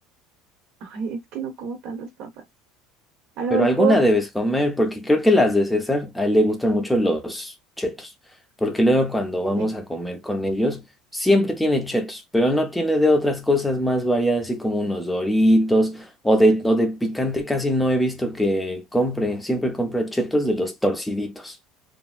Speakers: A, on the right; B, in the centre.
A: Ay, es que no como tantas papas. A lo
B: Pero
A: mejor,
B: alguna debes comer, porque creo que las de César, a él le gustan mucho los chetos. Porque luego cuando vamos
A: sí.
B: a comer con ellos, siempre tiene chetos, pero no tiene de otras cosas más variadas, así como unos doritos o de, o de picante casi no he visto que compre. Siempre compra chetos de los torciditos.